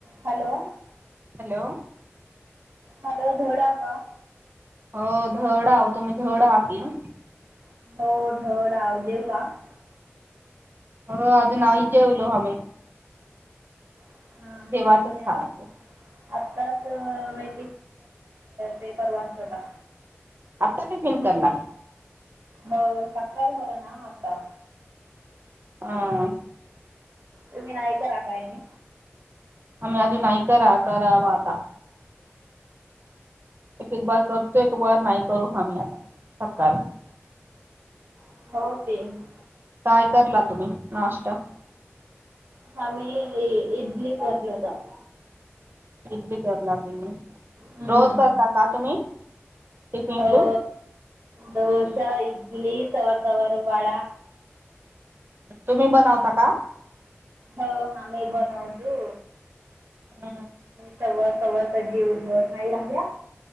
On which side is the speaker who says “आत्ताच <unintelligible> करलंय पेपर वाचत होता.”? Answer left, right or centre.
Right